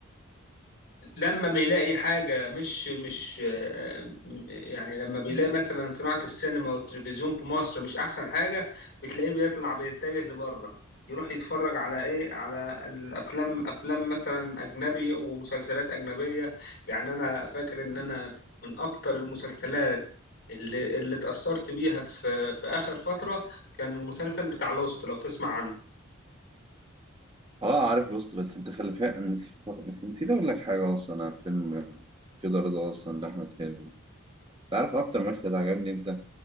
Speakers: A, on the left; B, on the right.
A: لما بيلاقي حاجة مش مش آه، م- يعني لما بيلاقي مثلا صناعة السينما والتلفزيون في مصر مش أحسن حاجة بتلاقيه بيطلع بيتجه لبره يروح يتفرج على إيه على الأفلام أفلام مثلا أجنبي ومسلسلات أجنبية يعني أنا فاكر إن أنا من أكتر المسلسلات اللي اللي اتأثرت بيها في في آخر فترة كان المسلسل بتاع لوست لو تسمع عنه
B: اه عارف لوست بس انت خلي فيها نسيت نسيت اقول لك حاجه اصلا عن فيلم كده رضا اصلا لاحمد حلمي انت عارف اكتر مشهد عجبني امتى